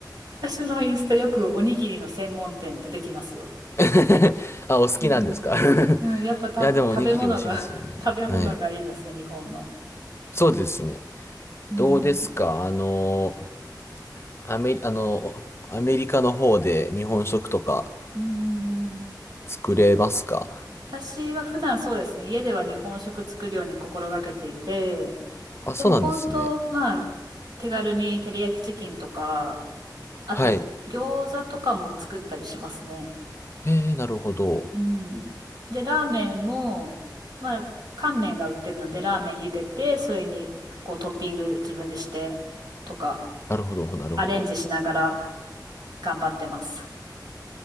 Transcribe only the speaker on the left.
<laughs> あ、お好きなんですか
<laughs> い
や、
でもおにぎり美味しいですよね。
はい。
そうですね。
どうですかあの、アメ、あの、アメリカの方で日本食とか
作れますか
あ、
そうなんですね。
はい。へえ、なるほど。
なるほど、なるほど。